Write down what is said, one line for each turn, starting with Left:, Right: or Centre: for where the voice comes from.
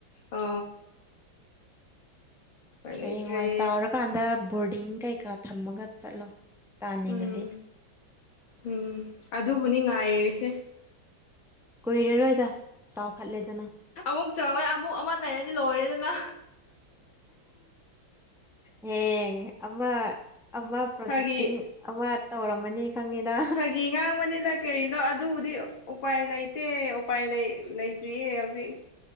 Left: ꯑ
Centre: ꯍꯌꯦꯡꯋꯥꯏ
Left: ꯂꯩꯇ꯭ꯔꯦ
Centre: ꯆꯥꯎꯔꯀꯥꯟꯗ ꯕꯣꯔꯗꯤꯡ ꯀꯩꯀꯥ ꯊꯝꯃꯒ ꯆꯠꯂꯣ ꯇꯥꯅꯤꯡꯉꯗꯤ
Left: ꯎꯝ ꯎꯝ ꯑꯗꯨꯕꯨꯅꯤ ꯉꯥꯏꯔꯤꯁꯦ
Centre: ꯀꯨꯏꯔꯔꯣꯏꯗ ꯆꯥꯎꯈꯠꯂꯦꯗꯅ
Left: ꯑꯃꯨꯛ ꯆꯥꯎꯎꯔꯦ ꯑꯃꯨꯛ ꯑꯃ ꯂꯩꯔꯗꯤ ꯂꯣꯏꯔꯦꯗꯅ
Centre: ꯑꯦ ꯑꯃ ꯑꯃ ꯄ꯭ꯔꯣꯁꯦꯁꯤꯡ
Left: ꯐꯥꯒꯤ
Centre: ꯑꯃ ꯇꯧꯔꯝꯃꯅꯤ ꯈꯪꯉꯤꯗ
Left: ꯐꯥꯒꯤ ꯉꯥꯡꯕꯅꯤꯗ ꯀꯔꯤꯅꯣ ꯑꯗꯨꯕꯨꯗꯤ ꯎꯄꯥꯏ ꯂꯩꯇꯦ ꯎꯄꯥꯏ ꯂꯩꯇ꯭ꯔꯤꯌꯦ ꯍꯧꯖꯤꯛ